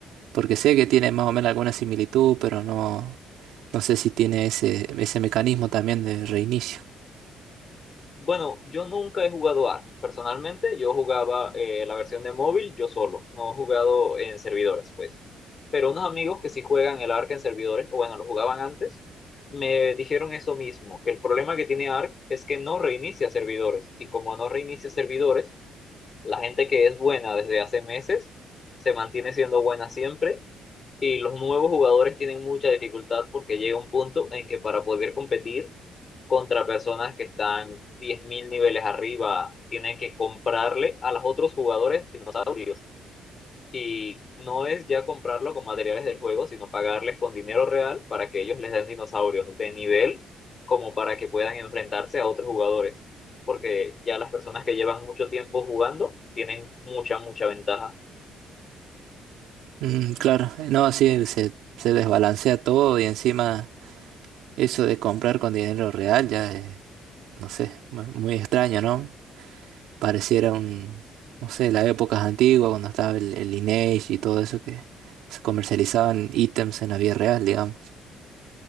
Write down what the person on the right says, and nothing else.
Porque sé que tiene más o menos alguna similitud, pero no, no sé si tiene ese, ese mecanismo también de reinicio.
Mm, claro, no, sí, se, se desbalancea todo y encima... Eso de comprar con dinero real ya, es, no sé, mu- muy extraño, ¿no? Pareciera un, no sé, las épocas antiguas cuando estaba el, el Lineage y todo eso que se comercializaban ítems en la vida real, digamos.